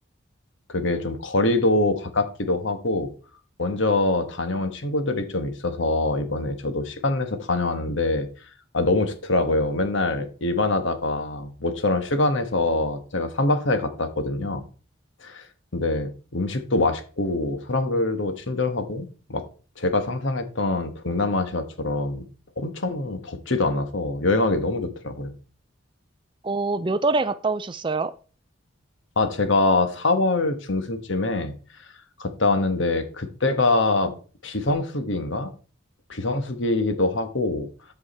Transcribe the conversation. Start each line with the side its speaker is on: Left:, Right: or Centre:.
Left: 그게 좀 거리도 가깝기도 하고, 먼저 다녀온 친구들이 좀 있어서 이번에 저도 시간 내서 다녀왔는데, 아, 너무 좋더라고요. 맨날 일만 하다가 모처럼 휴가 내서 제가 3박 4일 갔다 왔거든요. 근데 음식도 맛있고 사람들도 친절하고 막 제가 상상했던 동남아시아처럼 엄청 덥지도 않아서 여행하기 너무 좋더라고요.
Right: 어, 몇 월에 갔다 오셨어요?
Left: 아, 제가 4월 중순쯤에 갔다 왔는데 그때가 비성수기인가? 비성수기이기도 하고